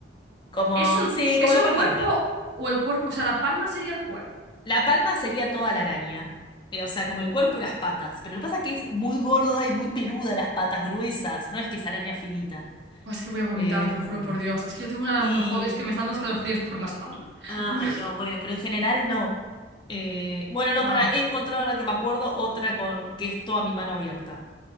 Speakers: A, on the left (about 25°); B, on the right (about 70°).
A: Como,
B: ¿es el,
A: sí,
B: cu- es
A: como la
B: el
A: palma
B: cuerpo
A: de mi mano.
B: o el cuerpo? O sea, la palma sería el cuerpo.
A: La palma sería toda la araña. Eh, o sea, como el cuerpo y las patas. Pero lo que pasa es que es muy gorda y muy peluda las patas gruesas. No es que es araña finita.
B: Buah, es que voy a vomitar,
A: Em,
B: te lo juro por Dios. Es que yo tengo una aracnofobia,
A: y.
B: es que me están dando escalofríos por la espalda.
A: Ay,
B: <laughs>
A: no, bueno, pero en general no. Eh, bueno, no,
B: Buah,
A: para. He encontrado ahora que me acuerdo otra con que es toda mi mano abierta.